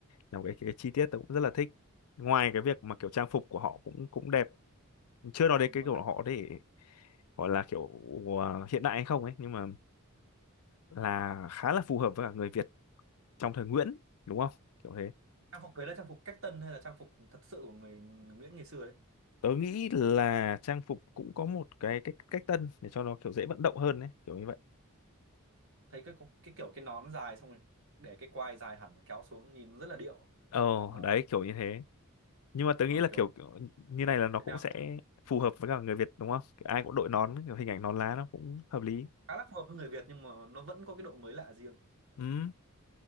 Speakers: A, on the left; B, on the right.
A: là một cái, cái chi tiết tôi cũng rất là thích ngoài cái việc mà kiểu trang phục của họ cũng cũng đẹp chưa nói đến
B: đúng
A: cái
B: rồi,
A: kiểu
B: trang
A: họ để gọi là kiểu ờ, hiện đại hay không ấy nhưng mà là khá là phù hợp với cả người Việt trong thời Nguyễn đúng không kiểu thế
B: trang phục đấy là trang phục cách tân hay là trang phục thật sự của người, người Nguyễn ngày xưa đấy
A: tớ nghĩ là trang phục cũng có một cái cách cách tân để cho nó kiểu dễ vận động hơn đấy kiểu như vậy
B: thấy cái cái kiểu cái nón dài xong rồi để cái quai dài hẳn kéo xuống nhìn rất là điệu
A: ờ
B: mà
A: đấy kiểu như thế nhưng mà tớ
B: mà
A: nghĩ là
B: kiểu
A: kiểu, kiểu như này là nó
B: Việt
A: cũng
B: Nam
A: sẽ phù hợp với cả người Việt đúng không kiểu ai cũng đội nón kiểu hình ảnh nón lá nó cũng hợp lý
B: khá là phù hợp với người Việt nhưng mà nó vẫn có cái độ mới lạ riêng
A: ừ